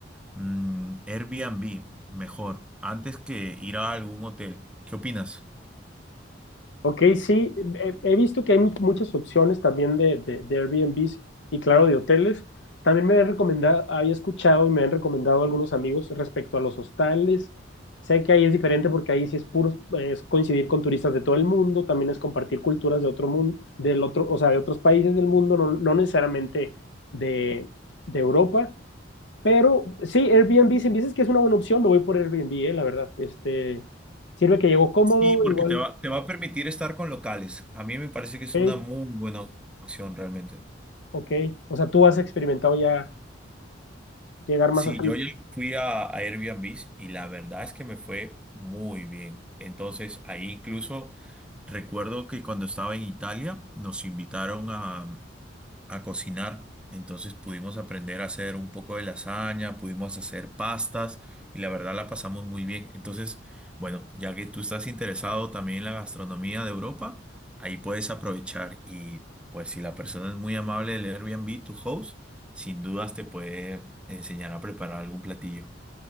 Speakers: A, in the centre; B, on the left.
A: mm, Airbnb, mejor, antes que ir a algún hotel. ¿Qué opinas?
B: Ok, sí, he, he visto que hay mu- muchas opciones también de, de, de Airbnbs y claro, de hoteles. También me han recomendado, había escuchado y me han recomendado algunos amigos respecto a los hostales. Sé que ahí es diferente porque ahí sí es puro, eh, es coincidir con turistas de todo el mundo, también es compartir culturas de otro mundo, del otro, o sea, de otros países del mundo, no, no necesariamente de, de Europa. Pero sí, Airbnb, si me dices que es una buena opción, me voy por Airbnb, eh, la verdad. Este, sirve que llego cómodo,
A: Sí, porque
B: igual,
A: te va, te va a permitir estar con locales. A mí me parece que es
B: ok,
A: una muy buena opción realmente.
B: Ok, o sea, tú has experimentado ya llegar
A: Sí,
B: más así.
A: yo ya fui a, a Airbnb y la verdad es que me fue muy bien. Entonces, ahí incluso recuerdo que cuando estaba en Italia nos invitaron a, a cocinar. Entonces pudimos aprender a hacer un poco de lasaña, pudimos hacer pastas y la verdad la pasamos muy bien. Entonces, bueno, ya que tú estás interesado también en la gastronomía de Europa, ahí puedes aprovechar y pues si la persona es muy amable del Airbnb, tu host, sin dudas te puede enseñar a preparar algún platillo.